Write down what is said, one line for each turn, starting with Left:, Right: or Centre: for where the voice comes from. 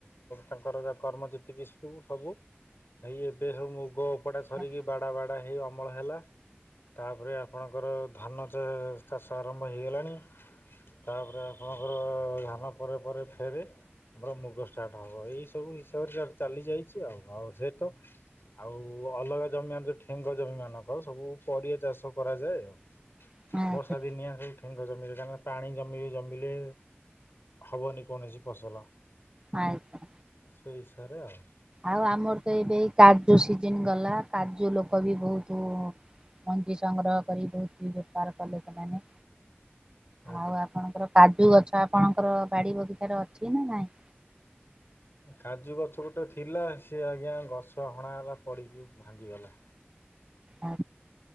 Left: ତାଙ୍କର କର୍ମ ଯେତିକି ଶିକିବୁ ସବୁ ଏଇ ଏବେ ସବୁ ମୁଗ ଉପୁଡ଼ା ସରିକି
Right: ଆଜ୍ଞା
Left: ବାଡ଼ା ବାଡ଼ା ହେଇ ଅମଳ ହେଲା। ତାପରେ ଆପଣ ତାଙ୍କର ଧାନ ଚା-ଚାଷ ଆରମ୍ଭ ହେଇଗଲାଣି। ତାପରେ ଆପଣଙ୍କର, ଧାନ ପରେ ପରେ ଫେରେ ଆମର ମୁଗ ଷ୍ଟାର୍ଟ ହବ। ଏଇ ସବୁ ହିସାବରେ ଚାଲ-ଚାଲିଯାଇଛି ଆଉ। ଆଉ ସେ ତ ଆଉ ଅଲଗା ଜମିମାନେ ଯୋଉ ଠେଙ୍ଗ ଜମିମାନଙ୍କର ସବୁ ପରିବା ଚାଷ କରାଯାଏ ଆଉ।
Right: ଆଜ୍ଞା
Left: ବର୍ଷାଦିନିଆ ସେ ଠେଙ୍ଗ ଜମିରେ କାରଣ ପାଣି ଜମିବ ଜମିଲେ ହବନି କୌଣସି ଫସଲ।
Right: ଆଜ୍ଞା।
Left: ସେଇ ହିସାବରେ ଆଉ।
Right: ଆଉ ଆମର ତ ଏବେ ଏଇ କାଜୁ ସିଜିନ ଗଲା, କାଜୁ ଲୋକ ବି ବହୁତୁ ମଞ୍ଜି ସଂଗ୍ରହ କରି, ବହୁତ ବେପାର କଲେ ସେମାନେ।
Left: ଆଜ୍ଞା।
Right: ଆଉ ଆପଣଙ୍କର କାଜୁ ଗଛ, ଆପଣଙ୍କର ବାଡି ବଗିଚାରେ ଅଛି ନା ନାଇଁ?
Left: କାଜୁ ଗଛ ଗୋଟେ ଥିଲା, ସେ ଆଜ୍ଞା ଗଛ ହଣା ହେଲା ପଡ଼ିକି ଭାଙ୍ଗିଗଲା।
Right: ଆ